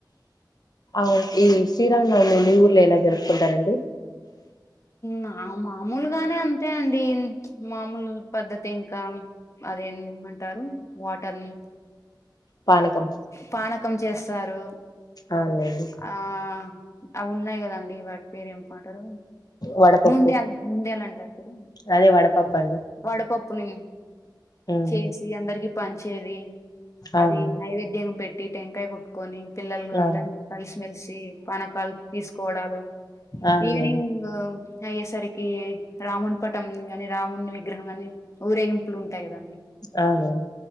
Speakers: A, on the left (about 55°); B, on the left (about 40°).
A: అవును ఈ శ్రీరానమి నీ ఊర్లో ఎలా జరుపుకుంటారండి
B: మ మా మూలుగానే అంతే అండి మామూలు పద్ధతి ఇంకా అదేమంటారు వాటర్ని
A: పానకం
B: పానకం చేస్త సారు
A: అవునులేండి
B: ఆ అవ ఉన్నాయి కదండి వాటి పేరు ఏంటారు
A: వడపప్పు
B: ముందేలు ముందేాల అంటారు ఇప్పుడు
A: అదే వడపప్పు అండి
B: వడపప్పుని
A: ఉమ్
B: చేసి అందరికి పనిచేది అవి
A: అవును
B: నైవేద్యం పెట్టి టి టెంకాయ కుట్టుకొని పిల్లలు అందర
A: అవును
B: కలిసిమెెలిసి పన కలి తీసుకోవడాలు
A: అవునులేండి
B: ఈవినింగ్ అయ్యేసరికి రాముడి పటం కాని రాముని గ్ర హమాని ఊరే ఇంపలుంట ఆంటే గదండి
A: అవునండి